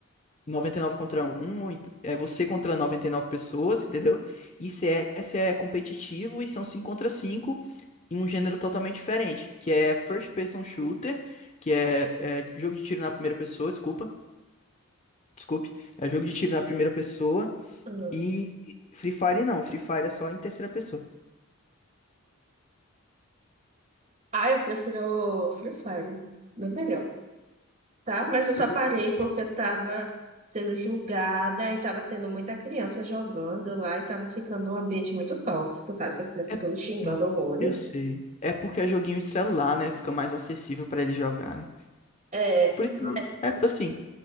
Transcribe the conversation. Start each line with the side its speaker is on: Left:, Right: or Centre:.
Left: 99 contra um ou ent- é você contra 99 pessoas, entendeu? E CS é competitivo e são 5 contra 5 em um gênero totalmente diferente, que é First Person Shooter, que é é jogo de tiro na primeira pessoa, desculpa Desculpe. É jogo de tiro na primeira pessoa.
Right: Hum.
Left: E Free Fire não. Free Fire é só em terceira pessoa.
Right: Ah, eu prefiro Free Fire, bem melhor, tá? Mas eu só
Left: Eu, consigo-
Right: parei porque eu tava sendo julgada e tava tendo muita criança jogando lá e tava ficando um ambiente muito tóxico, sabe? Essas crianças
Left: é-
Right: todas xingando
Left: hum,
Right: horrores.
Left: eu sei. É porque é joguinho de celular, né? Fica mais acessível pra eles jogarem.
Right: É,
Left: Por isso,
Right: né?
Left: é assim,